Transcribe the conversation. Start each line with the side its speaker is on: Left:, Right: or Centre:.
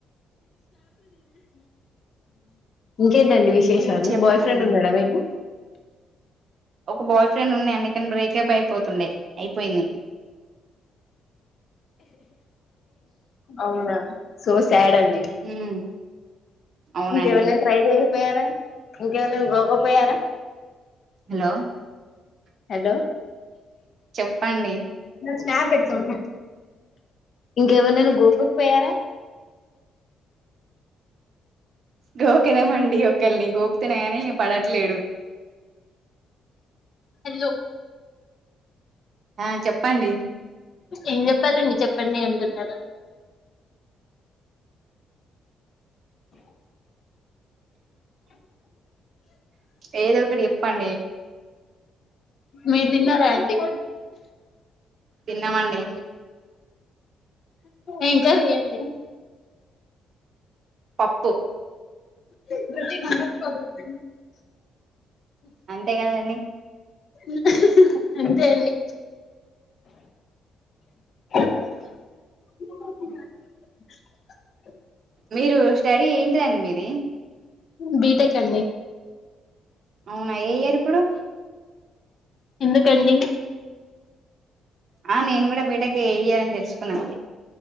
Left: ఇంకేంటండి విషే విశేషాలు
Right: చెప్పను
Left: బాయ్ ఫ్రెండ్ ఉన్నాడా మీకు
Right: ఒక బాయ్ ఫ్రెండ్ ఉండే అండి కని బ్రేకప్ అయిపోతుండే అయిపోయింది
Left: అవునా సో శాడ్ అండి
Right: ఉమ్ అవునండి
Left: ఇంకెవరి ననా ట్రై చేయకపోయారా ఇంకెవరి ననా గోక కపోయారా
Right: హలో
Left: హలో
Right: చెప్పండి
Left: స్న్యాప్ పెట్టు ఇంకెవరినైను గోకకి పోయారా
Right: గోకెదమండి ఒకళ్లని గోకితేనె కాని పడట్లేడు
Left: హలో
Right: ఆ చెప్పండి
Left: ఏం చెప్పాలండి చెప్పండి అంటున్నారా
Right: ఏదో ఒకటి చెప్పండి
Left: మీరు తిన్నారా అండి
Right: తన్న మండి
Left: ఏంకర్రీ అండి
Right: పప్పు
Left: <unintelligible>
Right: అంతే కదా అండి
Left: హ హ హ హ అంతే అండి <inaudible>
Right: మీరు స్టడీ ఏంటి అండి మీది
Left: బీ-టెక్ అండి
Right: అవున ఏ ఇయర్ ఇప్పుడు
Left: ఎందుకండి
Right: ఆ నేను కూడా బీటెక్ ఏ ఏ ఇయర్ అని తెలుసుకున్నాను